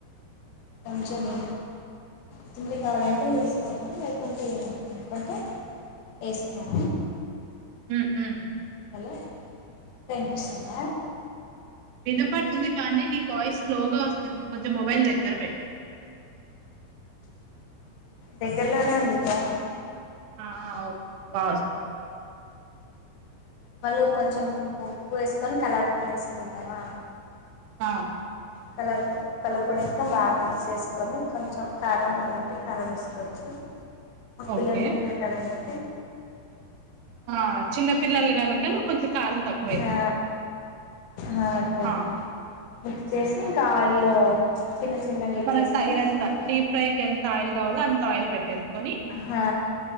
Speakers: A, on the left; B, on the right.
A: కొంచ మీ పిండి కావాలంటే వేసుకోన లేకుంటే ఏమోదనుకుంటే వేసుకోం
B: ఉ ఉ
A: హలో అక్క వినిపిస్తుంద
B: వినపడుతుంది కానీ నీ వాయిస్ స్లో గా వస్తుంది మా కొంచెం మొబైల్ దగ్గర పెట్
A: దగ్గరలోనే ఉందిక్క
B: ఆ ఆ ఓకే ఇప్పుడు బాగొస్
A: వాళ్ళు కొంచెం ఉప్పు ఉప్పు వేసుకొని కలర్ పొడి వేసుకుంటామా
B: ట
A: కలర్ పొ కలర్ పొడి ఎస్కొని బాగా మిక్స్ చేసుకొని కొంచెం కారం కావాలంటే కారం వేసుకోవచ్చు మా పిల్లలు
B: ఓకే
A: తినిపెట్టలనేసి
B: ఆ చిన్న పిల్లలు గనుక నువ్వు కొంచం కారం తక్కు
A: హా హా అక్క
B: ఆ
A: మిక్స్ చేసి ఇంకా ఆయిల్ లో చిన్న చిన్నగా ఇచ్చేసుకొని
B: మనకు తగినంత
A: వేసుకుంటాను
B: డీప్ ఫ్రైకి ఎంత ఆయిల్ కావాలో అంత ఆయిల్ పెట్టేసుకొని
A: హా